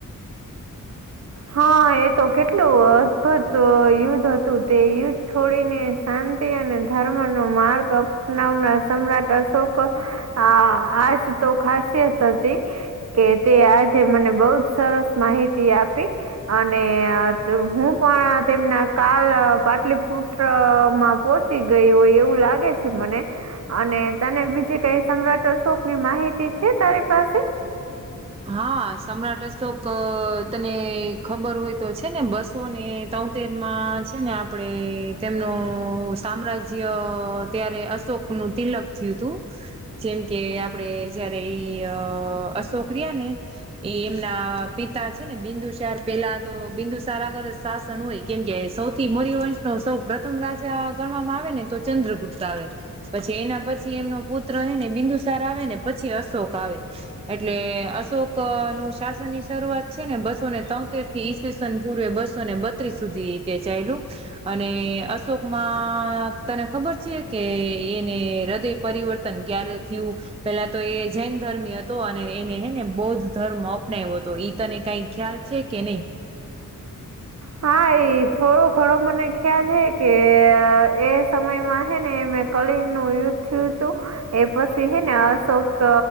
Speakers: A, on the right; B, on the right.
A: હા, એતો કેટલું અદભુત યુદ્ધ હતું, તે યુદ્ધ છોડીને શાંતિ અને ધર્મનો માર્ગ અપનાવનાર, સમ્રાટ અશોકો આ, આજ તો ખાસિયત હતી કે તે આજે મને બોવ જ સરસ માહિતી આપી અને હું પણ તેમના કાલ પાટલીપુત્રમાં પોહચ ચી ગઈ હોય એવું લાગે છે મને અને તને બીજે કઈ સમ્રાટ અશોક ની માહિતી છે, તારી પાસે?
B: હા, સમ્રાટ અશોક અહ તને ખબર હોય તો છે ને બસ સો ને તમતેર માં છે ને આપડે તેમનો સામ્રાજ્ય ત્યારે અશોક નું તિલક થયું તું જેમ કે આપડે જયારે ઈ અહ અશોક રિયાને એ એમના પિતા છે ને બિંદુચાર પેલા તો બિંદુ સાર આગળ શાસન હોય, કેમકે સૌથી મોરી વંશના સૌ પ્રથમ રાજા ગણવામાં આવે ને તો ચંદ્રગુપ્ત આવે, પછી એના પછી એમનો પુત્ર હેને બિંદુસાર આવે ને પછી અશોક આવે એટલે અશોક નું શાસન ની શરૂઆત છે ને બસોને તોતેર થી ઇસ વિસાન પૂર્વે બસોને બત્રીસ સુધી તે ચાલ્યું અને અશોકમાં માક તને ખબર છે કે એને હૃદય પરિવર્તન તન ક્યારે થયું, પેલા તો એ જૈન ધર્મી હતો અને એને હે ને બૌદ્ધ ધર્મ અપનાવ્યો હતો, ઈ તને કઈ ખ્યાલ છે કે નઈ?
A: હા, એ થોડો ઘણો મને ખ્યાલ હે કે એ સમયમાં હે ને એ કલિંગ નું યુદ્ધ થીયુંતું એ પછી હેને અશોક